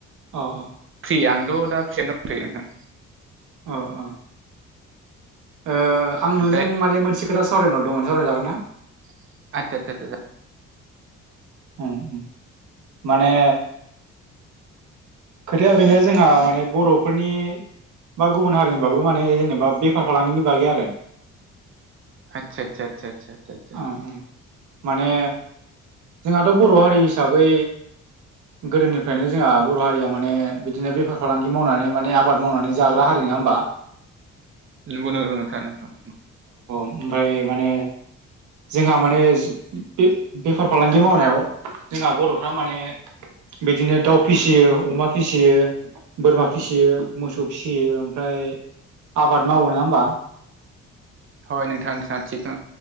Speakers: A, on the right; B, on the right.
A: अ अ
B: फ्रि आं औ' दा फ्रियैनो दंथ'यो नोंथां
A: अह अह। ओ आं नोंजों
B: ओमफ्राय
A: माने मोनसे खोथा सावरायनो हरदोंमोन सावराय जागोन ना।
B: आतसा आतसा आतसा।
A: उम माने खोथाया बेनो जोंहा माने बर'फोरनि बा गुबुन हारिनिबाबो माने जेनेबा बेफार फालांगिनि बागै आरो।
B: आतसा आतसा आतसा आतसा सा।
A: ओ ओ माने जोंहाथ' बर' हारि हिसाबै गोदोनिफ्रायनो जोंहा। बर' हारिया माने बिदिनो बेफार फालांगि मावनानै माने आबाद मावनानै जाग्रा हारि नङा होमबा।
B: नंगौ नंगौ नंगौ नोंथां नंगौ।
A: ओमफाय माने जोंहा माने बे बेफार फालांगि मावनायाव जोंहा बर'फ्रा माने बिदिनो दाउ फिसियो अमा फिसियो बोरमा फिसियो मोसौ फिसियो ओमफ्राय। आबाद मावो नङा होमबा।
B: हय नोंथां नोंथांङा थिग